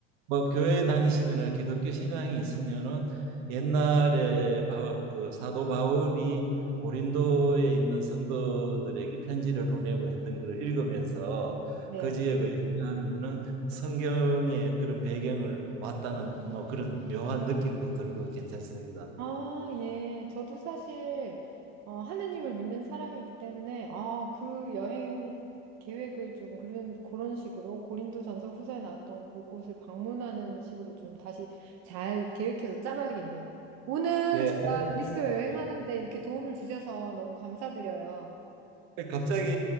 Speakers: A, on the right (about 75°); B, on the right (about 55°).
A: 뭐 교회 다니시거나 기독교 신앙이 있으면은 옛날에 바, 그 사도 바울이 고린도에 있는 성도들에게 편지를 보내고 했던 것을 읽으면서
B: 네.
A: 그 지역을 여행하면은 성경의 그런 배경을 왔다는 뭐 그런 묘한 느낌도 들고 괜찮습니다.
B: 아, 예. 저도 사실, 어, 하느님을 믿는 사람이기 때문에, 아, 그 여행 계획을 좀 그런, 그런 식으로 고린도전서 후서에 나왔던 그곳을 방문하는 식으로 좀 다시 잘 계획해서 짜봐야겠네요. 오늘
A: 예,
B: 제가
A: 아이고,
B: 그리스 여행하는데
A: 네.
B: 이렇게 도움을 주셔서 너무 감사드려요.
A: 갑자기